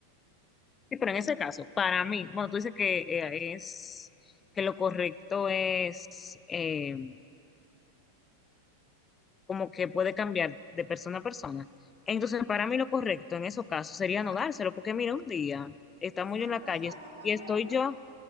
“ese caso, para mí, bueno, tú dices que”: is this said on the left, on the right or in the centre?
Left